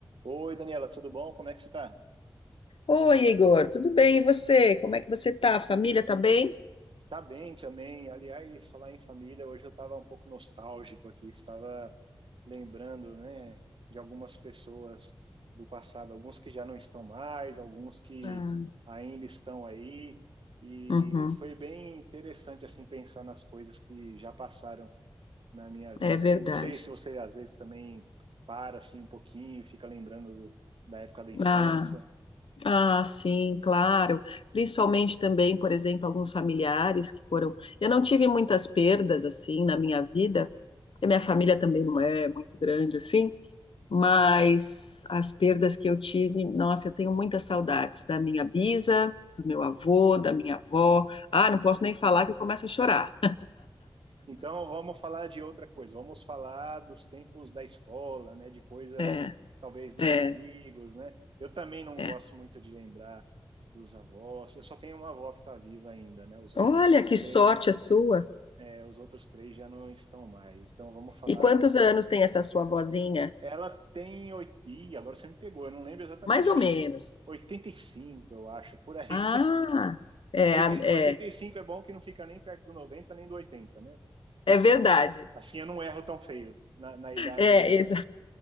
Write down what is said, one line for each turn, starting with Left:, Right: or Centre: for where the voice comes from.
Right: Oi, Daniela, tudo bom? Como é que você tá?
Left: Oi, Igor, tudo bem? E você? Como é que você tá? A família tá bem?
Right: Tá bem também. Aliás, falar em família, hoje eu estava um pouco nostálgico aqui, estava lembrando, né, de algumas pessoas do passado, alguns que já não estão mais, alguns que
Left: Ah,
Right: ainda estão aí, e
Left: uhum,
Right: foi bem interessante assim pensar nas coisas que já passaram na minha vida.
Left: é verdade.
Right: Eu não sei se você às vezes também para assim um pouquinho, fica lembrando da época da infância.
Left: Ah, ah, sim, claro. Principalmente também, por exemplo, alguns familiares que foram. Eu não tive muitas perdas assim na minha vida. E minha família também não é muito grande assim, mas as perdas que eu tive, nossa, eu tenho muitas saudades da minha bisa, do meu avô, da minha avó. Ah, não posso nem falar que eu começo a chorar.
Right: Então vamos falar de outra coisa, vamos falar dos tempos da escola, né, de coisas
Left: <laughs> É,
Right: talvez dos
Left: é.
Right: amigos, né? Eu também não
Left: é.
Right: gosto muito de lembrar dos avós. Eu só tenho uma avó que está viva ainda, né? Os outros
Left: Olha, que
Right: três,
Left: sorte a sua.
Right: é, os outros três já não estão mais. Então vamos falar.
Left: E quantos anos tem essa sua vozinha?
Right: Ela tem oit... Ih, agora você me pegou, eu não lembro exatamente.
Left: Mais ou
Right: Acho
Left: menos.
Right: que 85, eu acho, por aí.
Left: Ah, é,
Right: oitenta
Left: a- é,
Right: e cinco é bom que não fica nem perto do 90 nem do oitenta né? Assim,
Left: é verdade.
Right: eu- assim eu não erro tão feio na, na idade
Left: É,
Right: dela.
Left: exa-